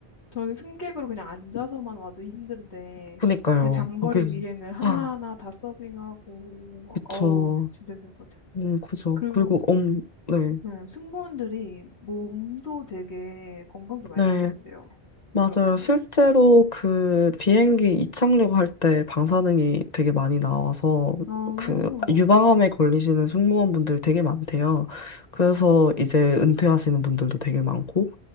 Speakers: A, on the left; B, on the left.
A: 저는 승객으로 그냥 앉아서만 와도 힘든데
B: 그니까요.
A: 그 장거리
B: 거기
A: 비행을 하나하나
B: 아,
A: 다 서빙하고
B: 그쵸.
A: 어우 진짜 힘들 것 같아요.
B: 음, 그죠.
A: 그리고
B: 그리고 엄, 네,
A: 네, 승무원들이 몸도 되게 건강도 많이
B: 네.
A: 나빠진대요.
B: 맞아요.
A: 그렇게.
B: 실제로 그 비행기 이착륙 할 때 방사능이 되게 많이 나와서
A: 아, 오,
B: 그 유방암에 걸리시는 승무원분들 되게 많대요. 그래서 이제 은퇴하시는 분들도 되게 많고